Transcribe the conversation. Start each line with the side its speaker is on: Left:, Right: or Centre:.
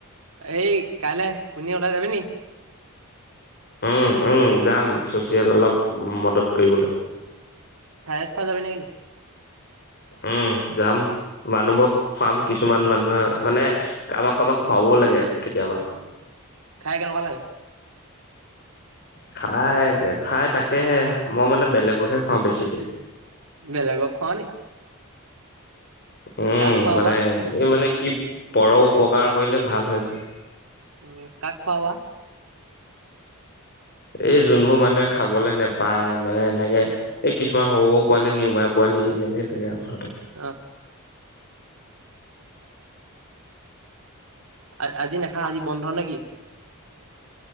Right: এই কাইলৈ কোনে ওলাই যাবি নি?
Left: উম উম যাম চচিয়েল অলপ মদত কৰিবলৈ
Right: ফ্ৰাইচ খাই যাবি নে কি?
Left: উম যাম। মানুহবক খুৱাম কিছুমান মানুহে মানে কাৰোবাক কাৰোবাক খুৱাবও লাগে। কেতিয়াবা
Right: উম খাই কেনেকুৱা লাগে?
Left: খাই খাই তাকেহে মই মানে বেলেগকহে খুৱাও বেছিকে।
Right: বেলেগক খোৱা নি?
Left: উম
Right: কাক খুৱাবা
Left: মানে এই মানে কি পৰ উপকাৰ কৰিলে ভাল হয় যে।
Right: উ কাক খোৱাবা। <inaudible>
Left: এই যোনবোৰ মানুহে খাবলৈ নেপায় মানে এনেকে এই কিছুমান সৰু সৰু পোৱালি নিউমাই পোৱালি। লেনেঙে থাকে আৰু। সিহঁতৰ
Right: অ। আ আজি নেখা আজি বন্ধ নে কি?